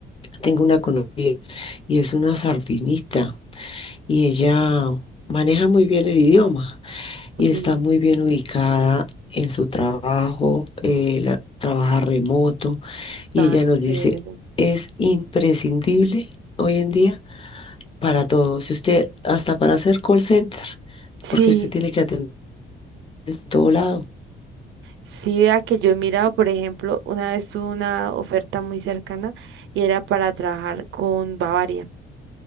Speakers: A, on the left; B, on the right.
A: tengo una conocida y es una sardinista y ella maneja muy bien el idioma y está
B: Sí,
A: muy bien ubicada en su trabajo, eh, la- trabaja remoto y
B: tan
A: ella nos
B: chévere.
A: dice, es imprescindible hoy en día para todo, si usted hasta para hacer call center,
B: Sí,
A: porque usted tiene que atender de todo lado.
B: sí, vea que yo he mirado, por ejemplo, una vez tuve una oferta muy cercana y era para trabajar con Bavaria.